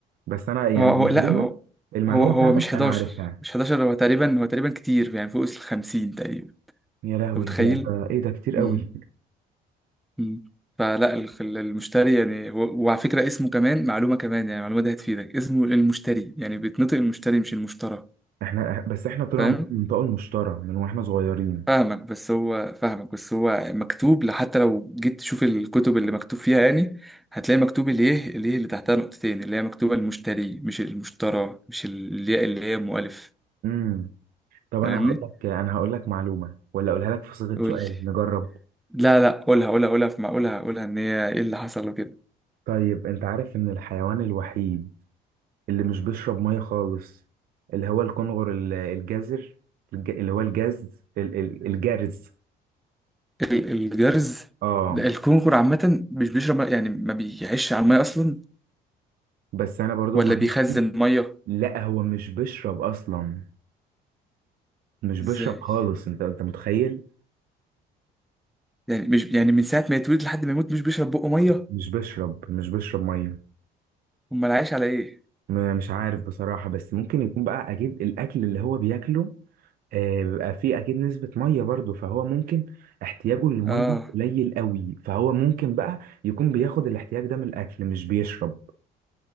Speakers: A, on the right (about 60°); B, in the centre.
A: بس انا يعني
B: هو هو
A: المعلومة
B: لا هو
A: المعلومة
B: هو, هو
A: بتاعتك
B: مش 11
A: انا عارفها
B: مش 11 هو تقريبا هو تقريبا كتير يعني فوق ال 50 تقريبا
A: يا لهوي
B: انت متخيل
A: ده ده ايه ده كتير
B: مم.
A: قوي
B: مم. فلا ال- ال- المشتري يعني هو- وعلى فكره اسمه كمان معلومه كمان يعني المعلومه دي هتفيدك اسمه المشتري يعني بيتنطق المشتري مش المشترى
A: احنا بس احنا طلع
B: فاهم
A: من المنطقة المشترى من واحنا صغيرين
B: فاهمك بس هو فاهمك بس هو مكتوب حتى لو جيت تشوف الكتب اللي مكتوب فيها يعني هتلاقي مكتوب الايه الايه اللي تحتها نقطتين اللي هي مكتوبة المشتري مش المشترى مش الياء اللي هي مؤلف
A: امم طب
B: فاهمني
A: انا هقول لك انا هقول لك معلومة ولا اقولها لك في صيغة
B: قول
A: سؤال
B: لي
A: نجرب
B: لا لا قولها قولها قولها في معقولها قولها ان هي ايه اللي حصل وكده
A: طيب انت عارف ان الحيوان الوحيد اللي مش بيشرب مية خالص اللي هو الكنغر ال- الجزر الج- اللي هو الجاز ال- ال- الجرز
B: ال- الجرز
A: اه
B: ده الكونغر عامة مش بيشرب مية- يعني ما بيعيش على المية اصلا
A: بس انا برضو
B: ولا
A: المعلومه
B: بيخزن
A: دي
B: مية
A: لا هو مش بيشرب اصلا مش بيشرب
B: ازاي
A: خالص انت انت متخيل
B: يعني مش يعني من ساعة ما يتولد لحد ما يموت مش بيشرب بقه مية
A: مش بيشرب مش بيشرب ميه
B: امال عايش على ايه
A: م- مش عارف بصراحه بس ممكن يكون بقى اكيد الاكل اللي هو بياكله آه بيبقى فيه اكيد نسبه ميه برضو فهو ممكن احتياجه للميه
B: اه
A: قليل قوي فهو ممكن بقى يكون بياخد الاحتياج ده من الاكل مش بيشرب